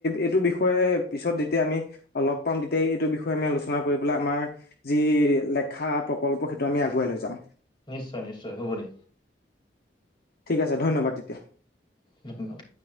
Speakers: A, on the left (about 60°); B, on the left (about 25°).
A: এইটো বিষয়ে পিছত যেতিয়া আমি লগ পাম তেতিয়া এইটো বিষয়ে আমি আলোচনা কৰি পেলাই আমাৰ যি লেখা প্ৰকল্প সেইটো আমি আগুৱাই লৈ যাম।
B: নিশ্চয় নিশ্চয় হ'ব দে।
A: ঠিক আছে ধন্যবাদ তেতিয়া
B: এইটো লওক,